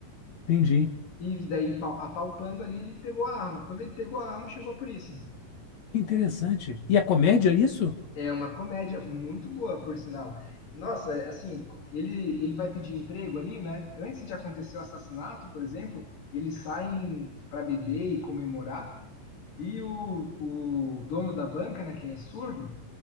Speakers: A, on the left (about 55°); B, on the left (about 70°).
A: entendi.
B: E daí, pau- apalpando ali, ele pegou a arma. Quando ele pegou a arma, chegou a polícia.
A: Que interessante. E a comédia, é isso?
B: É uma comédia muito boa, por sinal. Nossa, é, assim, ele, ele vai pedir emprego ali, né? Antes de acontecer o assassinato, por exemplo, eles saem para beber e comemorar. E o, o dono da banca, né, que é surdo,